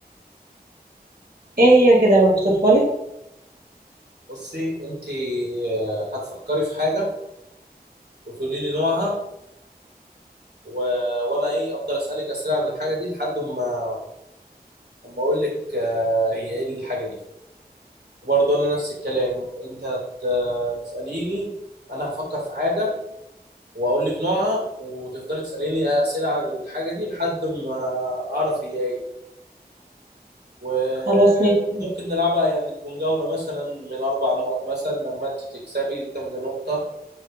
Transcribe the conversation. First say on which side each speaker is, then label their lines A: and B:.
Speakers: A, on the right; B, on the right.
A: ايه هي كده اوصفها لي
B: بصي انت آه، هتفكري في حاجه وتقولي لي نوعها و... وانا ايه افضل اسالك اسئله عن الحاجه دي لحد ما اما اقول لك آه، هي ايه الحاجه دي وبرضه انا نفس الكلام انت هت- آه، تساليني انا هفكر في حاجه واقول لك نوعها وتفضلي تساليني اسئله عن الحاجه دي لحد ما اعرف هي ايه و-
A: خلاص ماشي
B: وممكن نلعبها يعني تكون جوله مثلا من اربع نقط مثلا لما انت تكسبي تاخدي نقطه